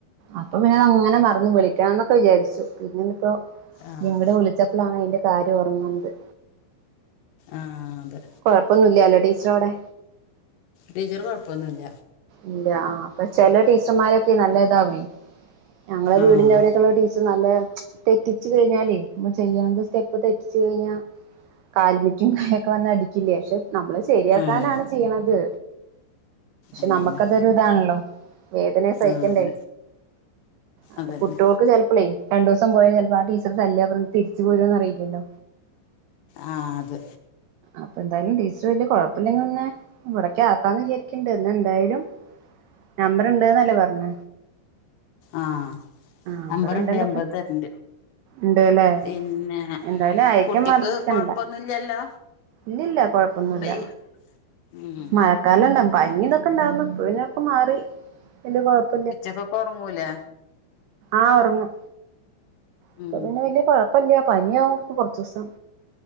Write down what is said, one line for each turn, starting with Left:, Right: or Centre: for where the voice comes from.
Right: അപ്പൊ പിന്നതങ്ങനെ മറന്ന് വിളിക്കണംന്നൊക്കെ വിചാരിച്ചു പിന്നേണ് ഇപ്പോ
Left: ആഹ്
Right: ഇയ്യ്ങ്ങട്ട് വിളി ച്ചപ്പളാണ് അയിൻ്റെ കാര്യം ഓർമ്മവന്നത്
Left: ആഹ് അതെ
Right: കൊഴപ്പൊന്നൂല്ലാലോ ടീച്ച്റവിടെ
Left: ടീച്ചർ കൊഴപ്പൊന്നുല്ല
Right: ഇല്ല ആഹ് അപ്പൊ ചെല ടീച്ചർമാരൊക്കെ നല്ല ഇതാവോയ്. ഞങ്ങളെ
Left: ആഹ്
Right: വീടിന്റവിടൊക്കള്ള ടീ നല്ല <unintelligible> തെറ്റിച്ച് കഴിഞ്ഞാലേ മ്മ ചെയ്യണത് സ്റ്റെപ്പ് തെറ്റിച്ച് കഴിഞ്ഞാ കാൽമിക്കും യൊക്കെ വന്ന് അടിക്കില്ലേ പക്ഷെ നമ്മള് ശരിയാക്കാനാണ്
Left: ആഹ്
Right: ചെയ്യ്ണത്
Left: അതന്നെ
Right: നമ്മക്കതൊരിതാണല്ലോ വേദന സഹിക്കണ്ടേ
Left: ആഹ് അതെ
Right: അപ്പൊ
Left: അതന്നെ
Right: കുട്ട്യാക്ക് ചെലപ്പളെയ് രണ്ടൂസം പോയാ ചെലപ്പോ ആ ടീച്ചർ തല്ലോ അവര് ണ്ട് തിരിച്ച് പോരൊന്ന് അറിയില്ലല്ലോ
Left: ആ അത്
Right: അപ്പൊ എന്തായാലും ടീച്ചർ വല്യ കൊഴപ്പല്ലെ പിന്നെ ഇവിടക്യക്കാന്ന് വിചാരിക്കണ്ട് ഇന്ന് എന്തായാലും നമ്പർണ്ട്ന്നല്ലേ പറഞ്ഞ
Left: ആഹ്
Right: നമ്പർ
Left: നമ്പറുണ്ട്
Right: ഉണ്ടെങ്കി ഇപ്പ
Left: നബർ തെരണ്ട്
Right: ഉണ്ട്ല്ലേ
Left: പിന്നെ
Right: എന്തായാലും അയക്കാൻ
Left: കുട്ടിക്ക്
Right: മറക്കണ്ട
Left: കൊഴപ്പൊന്നുല്ലല്ലോ
Right: ഇല്ലില്ല കൊഴപ്പൊന്നുവില്ല
Left: ഇപ്പ ഈ ഉം
Right: മഴക്കാലം ഇണ്ടാവും പനി ഇതൊക്കെ ഇണ്ടാവുന്നു പിന്നതൊക്കെ മാറി പിന്ന കൊഴപ്പൊ
Left: ഉച്ചക്കൊക്കൊറങ്ങൂലെ
Right: ആഹ് ഒറങ്ങും ഇപ്പൊ
Left: ഉം
Right: പിന്നെ വല്യ കൊഴ പ്പല്ല്യ പനിയാവും കൊർച്ചൂസം